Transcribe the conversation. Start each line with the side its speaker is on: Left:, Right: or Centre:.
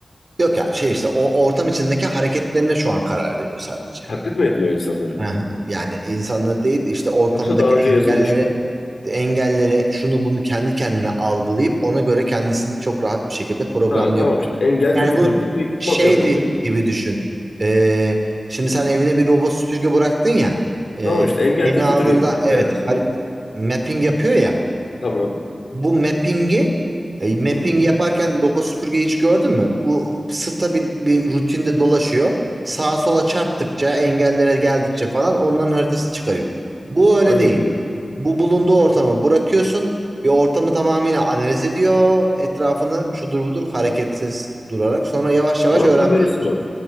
Right: Yok ya şey işte o ortam içindeki hareketlerine şu an karar veriyor sadece.
Left: Taklit mi ediyor insanları?
Right: Aha, Yani insanlar değil işte ortamdaki
Left: Yoksa daha önce
Right: engelleri
Left: yazılmış mı?
Right: engelleri şunu bunu kendi kendine algılayıp ona göre kendisini çok rahat bir şekilde programlıyor.
Left: Ha tamam işte engel
Right: Yani
Left: kötüdür
Right: bu Yani
Left: diye bir
Right: şeydi
Left: kod yazman gerek.
Right: gibi düşün. Ee, şimdi sen evine bir robot süpürge bıraktın ya. Ee,
Left: Tamam işte engel
Right: yeni
Left: kötüdür
Right: aldığında
Left: yazıyor bir
Right: evet
Left: tarafında
Right: harit
Left: onun.
Right: mapping yapıyor ya.
Left: Tamam.
Right: Bu mapping'i e, mapping
Left: Hı,
Right: yaparken robot süpürgeyi hiç gördün mü? Bu stabil bir rutinde dolaşıyor. Sağa sola çarptıkça, engellere geldikçe falan onların haritasını çıkarıyor. Bu öyle
Left: aynen
Right: değil.
Left: biliyorum.
Right: Bu bulunduğu ortama bırakıyorsun. Bir ortamı tamamıyla analiz ediyor. Etrafını şudur budur hareketsiz durarak. Sonra yavaş yavaş
Left: O zaman
Right: öğrenmeye.
Left: kamerası var.